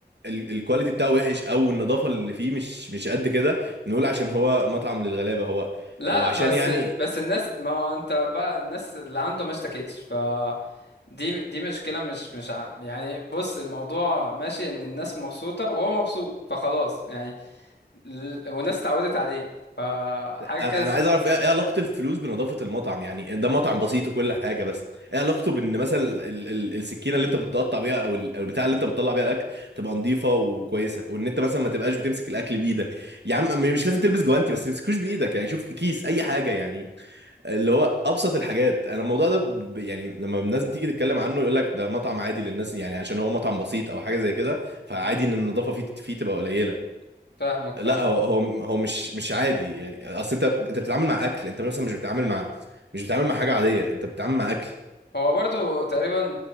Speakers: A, on the right (about 85°); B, on the left (about 75°).
A: ال... الكواليتي بتاعه وحش أو النظافة اللي فيه مش مش قد كده نقول عشان هو مطعم للغلابة هو
B: لا
A: هو عشان
B: بس
A: يعني
B: بس الناس ما هو انت بقى الناس اللي عنده ما اشتكتش ف دي دي مشكلة مش مش ع- يعني بص الموضوع ماشي ان الناس مبسوطة وهو مبسوط فخلاص يعني ال- والناس اتعودت عليه فحاجة
A: انا
B: كز...
A: انا عايز اعرف ايه إيه علاقه الفلوس بنظافه المطعم يعني ده مطعم بسيط وكل حاجه بس ايه علاقته بان مثلا ال- ال- السكينه اللي انت بتقطع بيها او ال- أو البتاع اللي انت بتطلع بيها الاكل تبقى نظيفه وكويسه وان انت مثلا ما تبقاش بتمسك الاكل بايدك يا عم م- مش لازم تلبس جوانتي بس ما تمسكوش بايدك يعني شوف كيس اي حاجه يعني اللي هو ابسط الحاجات انا الموضوع ده ب- يعني لما الناس بتيجي تتكلم عنه يقول لك ده مطعم عادي للناس يعني عشان هو مطعم بسيط او حاجه زي كده فعادي
B: مم،
A: ان النظافه فيه فيه تبقى قليله
B: فاهمك فاهمك
A: لا هو هو هو مش مش عادي يعني اصل انت انت بتتعامل مع اكل انت مثلا مش بتتعامل مع مش بتتعامل مع حاجه عاديه انت بتتعامل مع اكل
B: هو برضو تقريبا